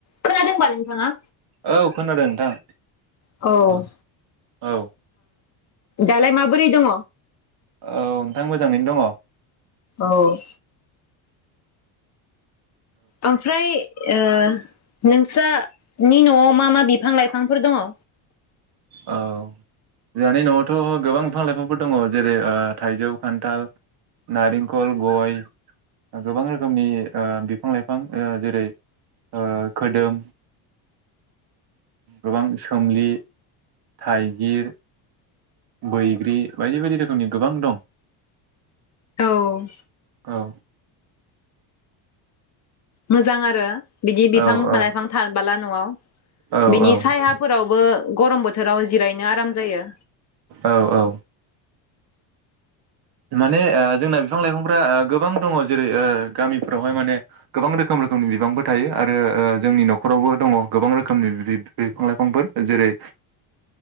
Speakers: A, on the left; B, on the right.
A: खोनादों बा नोंथांङा?
B: औ खोनादों नोंथां।
A: औ
B: औ
A: दालाय माबोरै दङ?
B: औ नोंथां मोजाङैनो दङ।
A: औ ओमफ्राय ओ नोंस्रा नि न'आव मा मा बिफां लाइफांफोर दङ?
B: औ जोंहानि न'आवथ' गोबां बिफां लाइफांफोर दङ। जेरै ओ थाइजौ, खान्थाल, नारेंखल, गय गोबां रोखोमनि ओ बिफां लाइफां ओ जेरै ओ खोदोम गोबां सोमलि। थाइगिर, बैग्रि बायदि बायदि रोखोमनि गोबां दं।
A: औ
B: औ
A: मोजां आरो। बिदि बिफां
B: औ औ
A: लाइफां थाबाला न'आव।
B: औ
A: बिनि
B: औ
A: सायाफोरावबो गरम बोथोराव जिरायनो आराम जायो।
B: औ औ माने ओ जोंना बिफां लाइफांफोरा ओ गोबां दङ जेरै ओ गामिफ्रावहाय माने गोबां रोखोम रोखोमनि बिफांफोर थायो आरो ओ जोंनि न'खरावबो दङ गोबां रोखोमनि ब्रि बिद बिफां लाइफांफोर जेरै